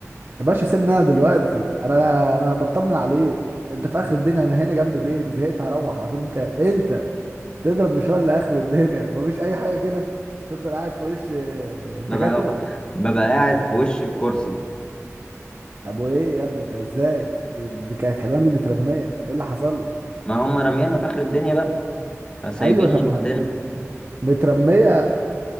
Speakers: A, on the right (about 45°); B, on the left (about 20°).
A: يا باشا سيبني أنا دلوقتي أنا أنا بطمن عليك أنت في آخر الدنيا أنا هنا جنب بيت زهقت هروح على طول أنت أنت تضرب مشوار لآخر الدنيا مفيش أي حاجة كده تفضل قاعد في وش آه، الدكاترة
B: ببقى <laughs> ببقى قاعد في وش الكرسي
A: طب وايه يا ابني ده ازاي دي, دي كانت حلوان دي مترميه ايه اللي حصل لها
B: ما هم رميانا في آخر الدنيا بقى سايبيني
A: ايوه طب
B: لوحدنا
A: ما مت... مترميه